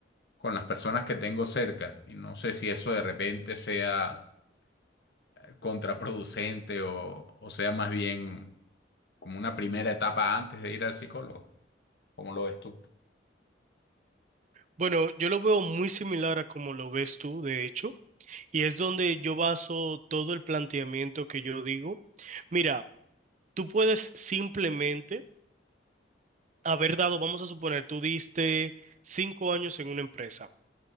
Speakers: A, on the left (about 60°); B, on the right (about 40°).
A: con las personas que tengo cerca. Y no sé si eso de repente sea eh, contraproducente o, o sea más bien como una primera etapa antes de ir al psicólogo. ¿Cómo lo ves tú?
B: Bueno, yo lo veo muy similar a como lo ves tú, de hecho, y es donde yo baso todo el planteamiento que yo digo. Mira, tú puedes simplemente haber dado, vamos a suponer, tú diste cinco años en una empresa.